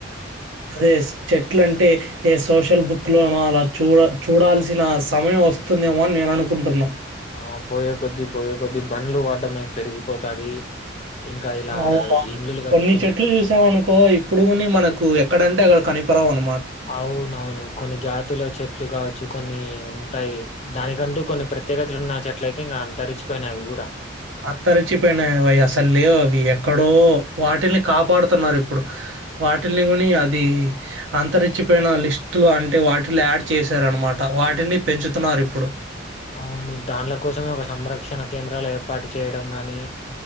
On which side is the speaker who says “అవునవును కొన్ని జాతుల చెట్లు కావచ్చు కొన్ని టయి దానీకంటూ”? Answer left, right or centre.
Left